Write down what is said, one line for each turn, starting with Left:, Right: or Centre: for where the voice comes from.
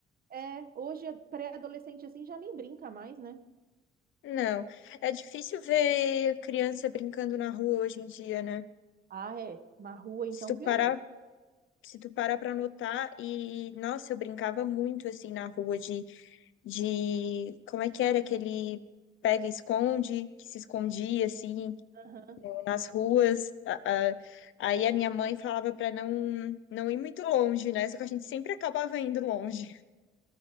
Right: É, hoje é pré-adolescente assim já nem brinca mais, né?
Left: Não. É difícil ver criança brincando na rua hoje em dia, né?
Right: Ah, é. Na rua então
Left: Se tu
Right: piorou.
Left: parar, se tu parar pra notar, e nossa, eu brincava muito assim na rua de de como é que era aquele pega e esconde, que se escondia assim
Right: Aham.
Left: nas ruas. A- a- Aí a minha mãe falava para não não ir muito longe, né? Só que a gente sempre acabava indo longe.